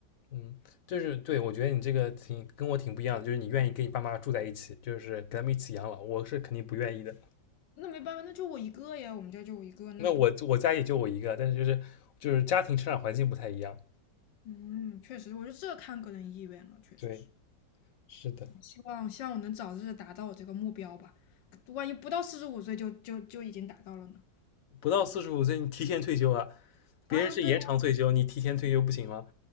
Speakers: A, on the left; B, on the left.
A: 嗯，就是对，我觉得你这个挺跟我挺不一样的，就是你愿意跟你爸妈住在一起，就是跟他们一起养老，我是肯定不愿意的。
B: 那没办法，那就我一个呀，我们家就我一个，那不，
A: 那我我家也就我一个，但是就是就是家庭成长环境不太一样。
B: 嗯，确实，我觉得这看个人意愿了，确实是。
A: 对，是的，
B: 哎希望希望我能早日达到我这个目标吧，万一不到四十五岁就就就已经达到了呢？
A: 不到四十五岁你提前退休啊，别人是延长退休，
B: 啊，对啊
A: 你提前退休不行吗？